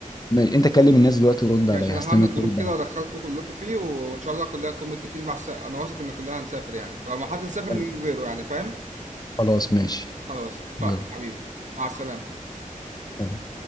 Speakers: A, on the left; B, on the right.
A: ماشي انت كلم الناس دلوقتي ورد
B: ماشي
A: عليا
B: انا
A: هستنى
B: هعمل
A: ترد
B: جروب كده
A: عليا
B: وادخلكم كلكم فيه وان شاء الله كلنا نكون متفقين بس انا واثق ان كلنا هنسافر يعني لو ما حد سافر
A: طيب.
B: نجيب غيره يعني فاهم
A: خلاص ماشي
B: خلاص اتفقنا
A: يلا
B: حبيبي مع السلامة
A: سلام.